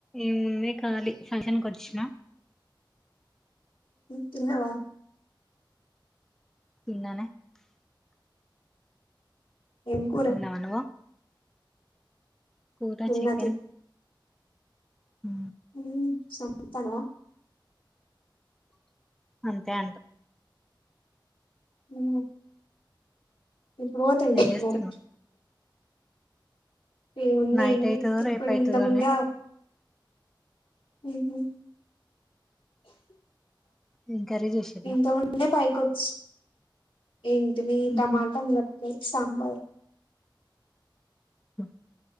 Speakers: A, in the centre; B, on the left (about 80°).
A: ఏ ముందే కాళి ఫంషన్ కొచ్చిన
B: తిన్నవ
A: తిన్ననే
B: ఏం కూర
A: ఇలా అనవా కూర
B: తిన్న
A: చికెన్ ఉ
B: ఉ సమంతన
A: అంతే అంట
B: ఉ ఇప్పుడు బోతావ్ ఇంటిక్
A: ఏం చేస్తున్నావ్
B: మరి ఏముందే
A: నైట్
B: ఇంగే
A: అయితదో
B: ఇప్పుడు
A: రేపు అయితదో
B: ఇంత ముందే
A: అని
B: ఊహు
A: ఏం కర్రీ చేసిల్లు
B: ఇంత ముందే పై కొచ్ ఏంటివి
A: మ్హూ.
B: టమాటంలో సాంబార్
A: స